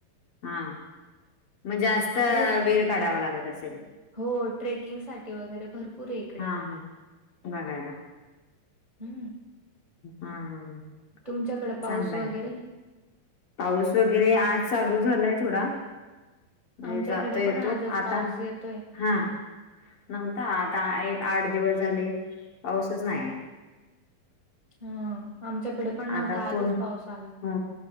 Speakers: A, on the left; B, on the right.
A: हा. मग जास्त
B: भरपूर,
A: वेळ काढावा लागत असेल
B: हो ट्रेकिंगसाठी वगैरे भर पुरे इकडे.
A: हा हा बघायला.
B: हम्,
A: हा हा
B: तुमच्याकडे पाऊस
A: चांगलाय
B: वगैरे?
A: पाऊस वगैरे आज चालू झालाय थोडा. म्हणजे
B: आमच्याकडे
A: जाता येतो
B: पण आजच
A: आता,
B: पाऊस येतोय.
A: हा. नव्हता आता, एक आठ दिवस झाले पाऊसच नाही.
B: हा आमच्याकडे पण नव्हता
A: आता
B: आजच
A: पूर्ण
B: पाऊस आला.
A: हो